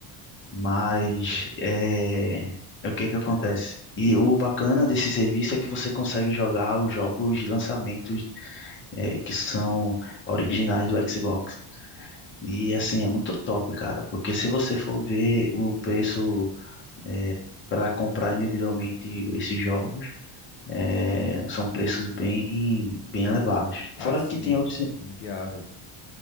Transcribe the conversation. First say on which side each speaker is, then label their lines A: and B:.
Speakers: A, on the left; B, on the left.
A: Mas é, é o que que acontece? E o bacana desse serviço é que você consegue jogar os jogos de lançamentos é, que são originais do Xbox. E assim, é muito top, cara, porque se você for ver o preço é, para comprar individualmente esses jogos, é, são preços bem, bem elevados.
B: Ah,
A: Fora
B: sim,
A: que tem
B: é
A: outros,
B: inviável.